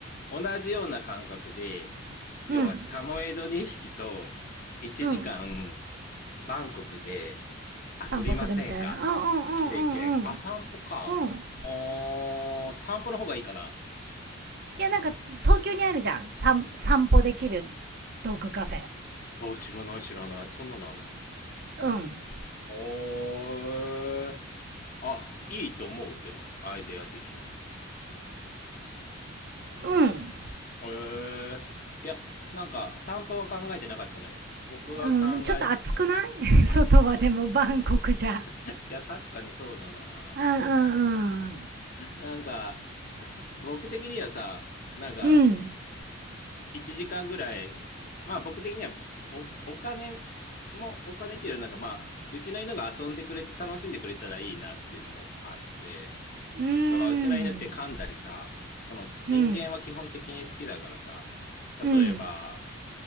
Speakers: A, on the left; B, on the right.
A: 同じような感覚で、要はサモエド2匹と1時間
B: うん。うん。
A: バンコクで遊びませんかって経験。
B: 散歩するみたいな。うんうんうんうんうん。
A: あ、散歩か。
B: うん。
A: おー、散歩の方がいいかな。
B: いや、なんか、東京にあるじゃん。散散歩できるドッグカフェ。
A: あ、知らない知らない。そんなのあるの
B: うん。
A: おー。あ、いいと思う。でも、アイデア的に。
B: うん。
A: えー、いや、なんか散歩は考えてなかったのよ。僕が考え、
B: うん、でもちょっと暑くない
A: あ、
B: <laughs> 外はでもバンコクじゃ。
A: ついや、確かにそうだな。
B: うんうんうん。
A: なんか、僕的にはさ、なんか、
B: うん。
A: 1時間ぐらい、まあ僕的にはお、お金も、お金っていうよりなんかまあ、うちの犬が遊んでくれて楽しんでくれたらいいなっていうのもあって、
B: うーん。
A: 要はうちの犬って噛んだりさ、その人間は基本的に好きだからさ、
B: うん。
A: 例えば、
B: うん。